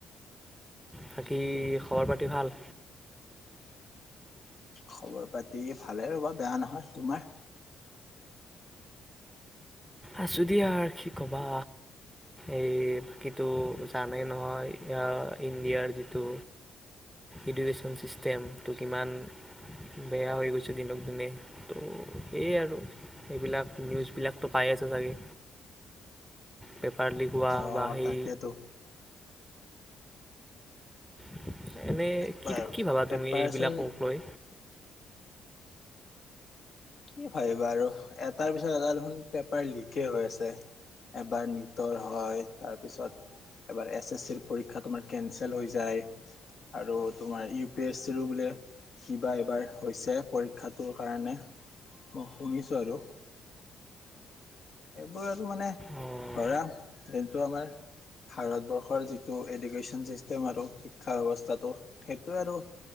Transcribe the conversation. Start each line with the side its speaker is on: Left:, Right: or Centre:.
Centre: বাকী খবৰ পাতি ভাল?
Left: খবৰ পাতি ভালে ৰ'বা, বেয়া নহয়। তোমাৰ?
Centre: আছো দিয়া আৰ কি ক'বা এই বাকীটো জানেই নহয় এতিয়া ইণ্ডিয়াৰ যিটো এডুকেশ্যন ছিষ্টেম টো কিমান বেয়া হৈ গৈছে দিনক দিনে ত' সেয়েই আৰু এইবিলাক নিউজবিলাকতো পাই আছা চাগে, পেপাৰ লিক হোৱা।
Left: অ',
Centre: বা সেই
Left: তাকেতো।
Centre: <inaudible> এনেই
Left: পেপাৰ
Centre: কি, কি ভাবা
Left: পেপাৰচোন
Centre: তুমি এইবিলাকক লৈ?
Left: কি ভাবিবা আৰু এটাৰ পিছত এটা দেখোন পেপাৰ লিকেই হৈ আছে এবাৰ নীটৰ হয়, তাৰপিছত এবাৰ এছ এছ চিৰ পৰীক্ষা তোমাৰ কেঞ্চেল হৈ যায় আৰু তোমাৰ ইউ পি এছ চিৰো বোলে কিবা এবাৰ হৈছে পৰীক্ষাটোৰ কাৰণে। মই শুনিছো আৰু এইবোৰ আৰু মানে
Centre: অ',
Left: ধৰা যোনটো আমাৰ ভাৰতবৰ্ষৰ যিটো এডুকেশ্যন চিষ্টেম আৰু শিক্ষা ব্যৱস্থাটো সেইটো আৰু